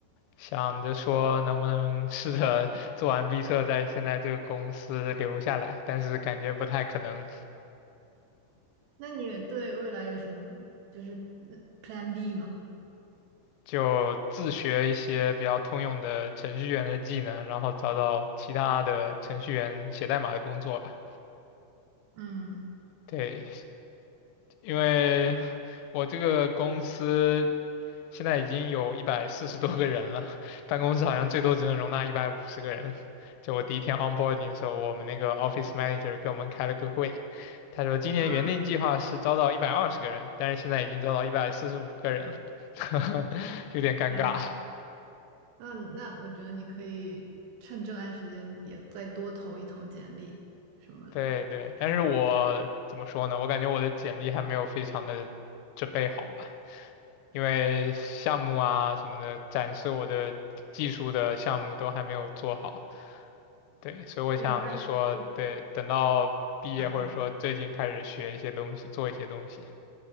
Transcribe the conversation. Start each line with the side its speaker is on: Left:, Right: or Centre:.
Left: 想着说能不能试着做完闭测，在现在这个公司留下来，但是感觉不太可能，
Right: 那你对未来有什么就是呃 Plan B 吗？
Left: 就自学一些比较通用的程序员的技能，然后找找其他的程序员写代码的工作吧。
Right: 嗯，
Left: 对，因为我这个公司。现在已经有一百四十多个人了，办公室好像最多只能容纳一百五十个人。就我第一天 onboarding 的时候，我们那个 office manager 给我们开了个会，他说今年原定计划是招到一百二十个人，
Right: 啊，
Left: 但是现在已经招到一百四十五个人了，<laughs> 有点尴尬。
Right: 天呐，那那我觉得你可以趁这段时间也再多投一投简历什么的。
Left: 对对，但是我怎么说呢？我感觉我的简历还没有非常的准备好吧，因为项目啊什么的，展示我的技术的项目都还没有做好。对，所以我想着说，
Right: 嗯，那就
Left: 对，等到毕业或者说最近开始学一些东西，
Right: 等一等。
Left: 做一些东西。